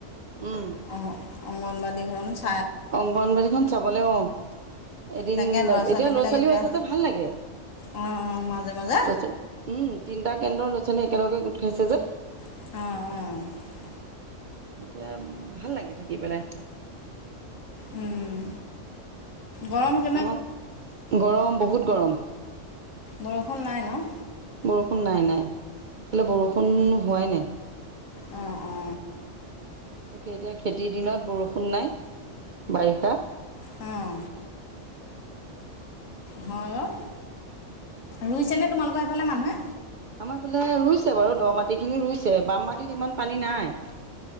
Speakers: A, on the right; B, on the left.
A: উম
B: অংগ অংগনবাদীখন চ
A: অংগনবাদীখন চাবলে, অ', এদিন
B: তাকে ল'ৰা ছোৱালীবিলাক
A: এতিয়া ল'ৰা-ছোৱালীও
B: এতিয়া
A: আছে যে ভাল লাগে।
B: অঁ মাজে মাজে
A: ল'ৰা-ছোৱালী উম তিনটা কেন্দ্ৰৰ ল'ৰা-ছোৱালী একেলগে গোট খাইছে যে।
B: অ', অ'।
A: এতিয়া ভাল লাগে থাকি পেলাই।
B: উম। গৰম কে
A: আমাৰ গৰম বহুত গৰম।
B: বৰষুণ নাই ন?
A: বৰষুণ নাই নাই, ফালে বৰষুণ হোৱাই নাই।
B: অ', অ'।
A: তাকে এতিয়া খেতিৰ দিনত বৰষুণ নাই, বাৰিষা।
B: অ' হয়, অ', ৰুইছেনে তোমালোকৰ সিফালে মানুহে?
A: আমাৰফালে ৰুইছে বাৰু, দ মাটি খিনি ৰুইছে, বাম মাটিত ইমান পানী নাই।